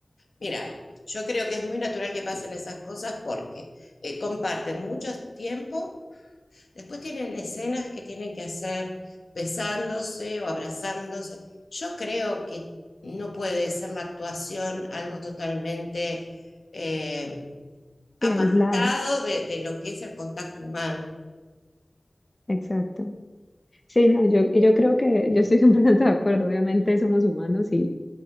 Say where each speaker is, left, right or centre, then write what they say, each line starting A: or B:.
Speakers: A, on the left; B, on the left.
A: Mira, yo creo que es muy natural que pasen esas cosas porque eh, comparten mucho tiempo, después tienen escenas que tienen que hacer besándose o abrazándose. Yo creo que no puede ser la actuación algo totalmente eh, apartado
B: sí, aislado,
A: de, de lo que es el contacto humano.
B: exacto. Sí, no, yo, yo creo que yo estoy <laughs> 100% de acuerdo, obviamente somos humanos y,